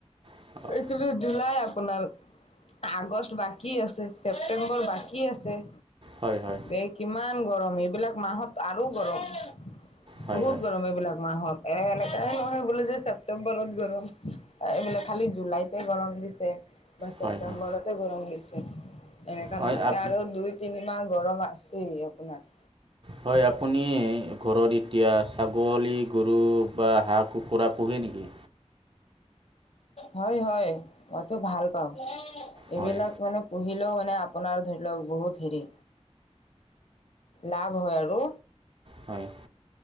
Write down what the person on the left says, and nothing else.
এইটো যে জুলাই আপোনাৰ, আগষ্ট বাকী আছে। ছেপ্তেম্বৰ বাকী আছে।
বে কিমান গৰম, এইবিলাক মাহত আৰু গৰম।
বহুত
গৰম এইবিলাক মাহত। এ সেনেকা নহয়, সেইবুলি যে ছেপ্তেম্বৰত গৰম, এইবিলাক খালী জুলাইতে গৰম দিছে বা ছেপ্তেম্বৰতে
গৰম দিছে। এনেকা
নহয়।
এতিয়া আৰু দুই, তিনি মাহ গৰম আছেই আপোনাৰ।
হয়, হয়। মইতো ভাল পাওঁ। এইবিলাক
মানে পুহিলেও মানে আপোনাৰ ধৰি লওঁক বহুত হেৰি লাভ হয় আৰু।